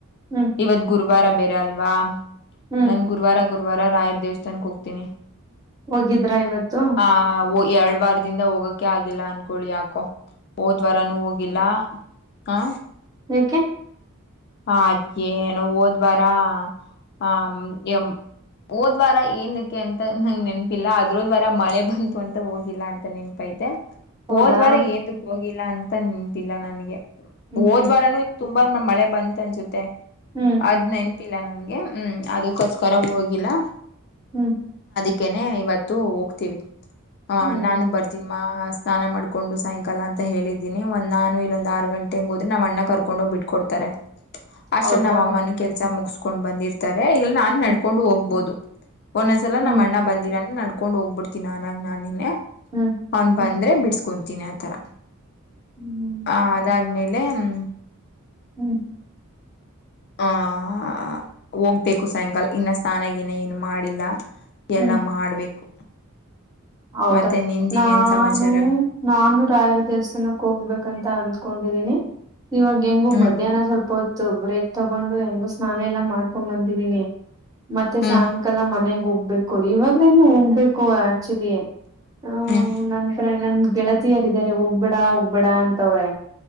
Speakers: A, on the right; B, on the left.
A: ಹ್ಮ್
B: ಇವತ್ ಗುರ್ವಾರ ಬೇರೆ ಅಲ್ವಾ
A: ಹ್ಮ್
B: ನನ್ ಗುರ್ವಾರ ಗುರ್ವಾರ ರಾಯರ್ ದೇವಸ್ಥಾನಕ್ ಹೋಗ್ತೀನಿ
A: ಹೋಗಿದ್ರಾ ಇವತ್ತು
B: ಆ ಎರಡ್ ವಾರದಿಂದ ಹೋಗಕ್ಕೆ ಆಗಿಲ್ಲ ಅನ್ಕೊಳ್ಳಿ ಯಾಕೋ ಹೋದ್ ವಾರನು ಹೋಗಿಲ್ಲ ಹಾ
A: ಏಕೆ
B: ಹ ಅದ್ಗೆ ಏನೋ ಹೋದ್ವಾರ ಹ ಮ್ ಎಮ್ ಹೋದ್ ವಾರ ಏನ್ಕ್ಕೆ ಅಂತ ನಂಗ ನೆನಪಿಲ್ಲ ಅದ್ರೋದ್ ವಾರ ಮಳೆ ಬಂತು ಅಂತ ಹೋಗಿಲ್ಲ ಅಂತ ನೆನ್ಪೈತೆ
A: ಹೌದಾ
B: ಹೋದ್ವಾರ ಏತಕ್ ಹೋಗಿಲ್ಲ ಅಂತ ನೆನ್ಪಿಲ್ಲ ನನಗೆ
A: ಹ್ಮ್
B: ಹೋದ್ವಾರನು ತುಂಬ್ ಮಳೆ ಬಂತ್ ಅನ್ಸುತ್ತೆ
A: ಹ್ಮ್
B: ಅದ್ ನೆನ್ಪಿಲ್ಲ ನನ್ಗೆ ಹ್ಮ್ ಅದಕ್ಕೋಸ್ಕರ ಹೋಗ್ ಗಿಲಾ
A: ಹ್ಮ್
B: ಅಕೇನೆ ಇವತ್ತು ಹೋಗ್ತೀವಿ ಹ
A: ಹ್ಮ್
B: ನಾನು ಬರ್ತೀನ್ ಮಾ ಸ್ನಾನ ಮಾಡ್ಕೊಂಡು ಸಾಯಂಕಾಲ ಅಂತ ಹೇಳಿದೀನಿ ಒಂದ್ ನಾನು ಇಲ್ಲೊಂದ್ ಆರು ಗಂಟೆಗೆ ಹೋದ್ರೆ ನ್ ಅಣ್ಣ ಕರ್ಕೊಂಡು ಹೋಗಿ ಬಿಟ್ ಕೊಡ್ತಾರೆ ಅಸ್ಟ್ರೇಲ್
A: ಹೌದಾ
B: ನಮ್ಮ ಅಮ್ಮನು ಕೆಲ್ಸ ಮುಗಿಸ್ಕೊಂಡ್ ಬಂದಿರ್ತಾರೆ ಇಲ್ಲ ನಾನ್
A: ಹ್ಮ್
B: ನಡ್ಕೊಂಡು ಹೋಗ್ಬೋದು ಒಂದೊಂದ್ಸಲ
A: ಹ್ಮ್
B: ನಮ್ಮ ಅಣ್ಣ ಬಂದಿರಲ ನಡ್ಕೊಂಡ್ ಹೋಗ್ಬಿಡ್ತೀನಿ ನ ನಾನೇನೆ
A: ಹ್ಮ್
B: ಅವ್ನ್ ಬಂದ್ ಅಂದ್ರೆ ಬಿಡ್ಸ್ಕೊತೀನಿ ಆತರ
A: ಹ್ಮ್
B: ಆ ಅದಾದ್ಮೇಲೆ ಹ್ಮ್
A: ಹ್ಮ್
B: ಹ ಹೋಗ್ಬೇಕು ಸಾಯಂಕಾಲ ಇನ್ನ ಸ್ನಾನ ಗಿನ ಏನು ಮಾಡಿಲ್ಲ
A: ಹ್ಮ್
B: ಎಲ್ಲ ಮಾಡ್ಬೇಕು
A: ಹೌದಾ
B: ಮತ್ತೆ ನಿಮ್ದಿನೇನ್
A: ನಾನು
B: ಸಮಾಚಾರ
A: ನಾನು ರಾಯರ ದೇವಸ್ಥಾನಕ್ ಹೋಗ್ಬೇಕಂತ ಅ ಹಕೊಂಡಿದೀನಿ ಇವಾಗ ಹೆಂಗು
B: ಹ್ಮ್
A: ಮಧ್ಯಾಹ್ನ ಸ್ವಲ್ಪ ಹೊತ್ತು ಬ್ರೇಕ್ ತಗೊಂಡು ಹೆಂಗೊ ಸ್ನಾನ ಎಲ್ಲಾ ಮಾಡ್ಕೊಂಡ್ ಬಂದಿದೀನಿ ಮತ್ತೆ
B: ಹ್ಮ್
A: ಸಾಯಂಕಾಲ ಮನೆಗ್ ಹೋಗ್ ಹೋಗ್ಬೇಕು ಇವಾಗ್ಲೇನೆ ಹೋಗ್ಬೇಕು ಆಕ್ಚುಲಿ ಆ
B: ಹ್ಮ್
A: ನಂತರ ನನ್ ಗೆಳತಿಯರ್ ಇದಾರೆ ಹೋಗ್ಬೇಡ ಹೋಗ್ಬೇಡ ಅಂತವ್ರೆ